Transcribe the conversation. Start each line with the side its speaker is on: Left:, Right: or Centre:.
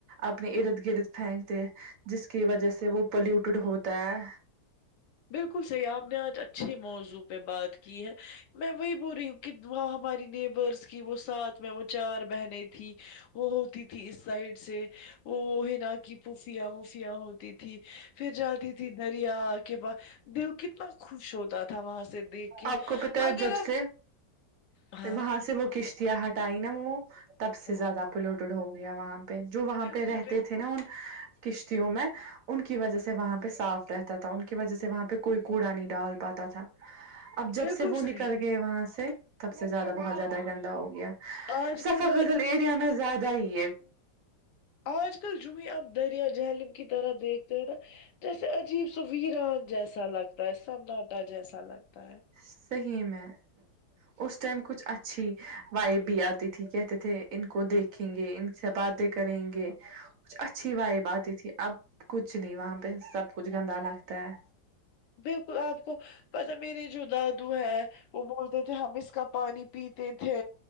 Right: اپنے ارد گرد پھینکتے جس کی وجہ سے وہ پلیوٹیڈ ہوتا ہے
Left: بالکل صحیح آپ نے آج اچھے موضوع پہ بات کی ہے میں وہی بول رہی ہوں کہ وہاں ہماری نیبرس کی وہ ساتھ وہ چار بہنیں تیں وہ ہوتی تھی اس سائڈ سے وہ وہ ہے نا کہ پوفیاں وفیاں ہوتی تھی پھر جاتی تھی دریا کے باس دل کتنا خوش ہوتا تھا وہاں سے دیکھ کے
Right: آپ کو پتا ہے
Left: اگر
Right: جب سے
Left: ہاں
Right: وہاں سے وہ کشتیاں ہٹائی نا وہ تب سے
Left: ہاں،
Right: زیادہ پلیوٹیڈ ہو گیا وہاں پہ جو وہاں
Left: بالکل
Right: پہ رہتے
Left: بالکل
Right: تھے نا ان کشتیوں میں ان کی وجہ سے وہاں پہ صاف رہتا تھا ان کی وجہ سے وہاں پہ کوئی کوڑا نہیں ڈال پاتا تھا اب جب
Left: بالکل
Right: سے وہ نکل
Left: صحیح
Right: گئے وہاں سے سب سے زیادہ بہت زیادہ گندا ہو گیا
Left: آج
Right: سفہ
Left: کل جو
Right: قزل
Left: جو
Right: ایریا میں زیادہ ہی ہے
Left: آج کل جو ہے آپ دریا جہلم کی طرح دیکھتے ہیں نا جیسے عجیب سا ویران جیسا لگتا ہے سناٹا جیسا لگتا ہے
Right: صحیح میں اس ٹائم کچھ اچھی وائب بھی آتی تھی کہتے تھے ان کو دیکھ رکھیں گے ان سے باتیں کریں گے کچھ اچھی وائب آتی تھی اب کچھ نہیں وہاں پہ سب کچھ گندا لگتا ہے
Left: بالکل آپ کو پتا میرے جو دادو ہے وہ بولتے تھے ہم اس کا پانی پیتے تھے